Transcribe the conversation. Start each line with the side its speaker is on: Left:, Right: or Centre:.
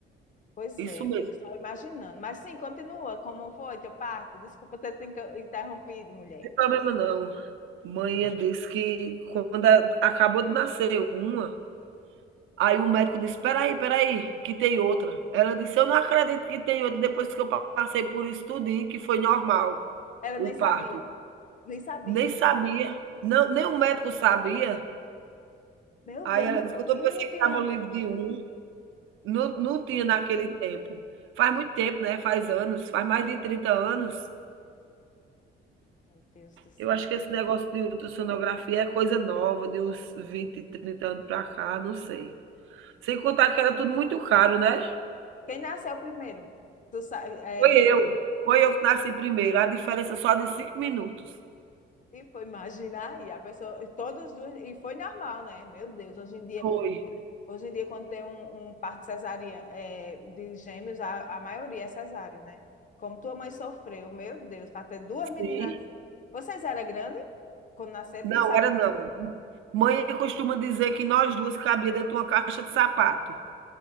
Left: Pois
Right: isso
Left: é, eu
Right: mesmo,
Left: fico só
Right: não
Left: imaginando. Mas sim, continua, como foi teu parto? Desculpa ter te inca- interrompido, mulher.
Right: tem problema não. Manhã disse que quando a acabou de nascer uma, aí o médico disse: "Espera aí, espera aí, que tem outra". Ela disse: "Eu não acredito que tem outra, depois que eu pa- passei por isso tudinho, que foi normal
Left: Ela
Right: o
Left: nem
Right: parto".
Left: sabia, nem sabia.
Right: Nem sabia. Não, nem o médico sabia.
Left: Meu
Right: Aí
Left: Deus,
Right: ela
Left: não,
Right: disse: "Quando eu
Left: e
Right: pensei
Left: não tinha.
Right: que estava livre de um, não não tinha naquele tempo". Faz muito tempo, né, faz anos, faz mais de 30 anos.
Left: Meu Deus do céu.
Right: Eu acho
Left: como
Right: que esse negócio
Left: foi difícil.
Right: de ultrassonografia é coisa nova, de uns 20, 30 anos para cá, não sei. Sem contar que era tudo muito caro, né.
Left: Quem nasceu primeiro? Tu, sa- é,
Right: Foi eu, foi eu que nasci primeiro, a diferença só de cinco minutos.
Left: E foi, imagina aí, a pessoa, e todas duas, e foi normal, né? Meu Deus, hoje em dia,
Right: Foi.
Left: hoje em dia quando tem um, um parto cesariana, é, de gêmeos, a, a maioria é cesárea, né? Como tua mãe sofreu, meu Deus, para ter duas meninas
Right: Sim.
Left: assim. Vocês eram grandes? Quando nasceram,
Right: Não,
Left: tu sabe,
Right: era não. Mãe costuma dizer que nós 2 cabia dentro de uma caixa de sapato.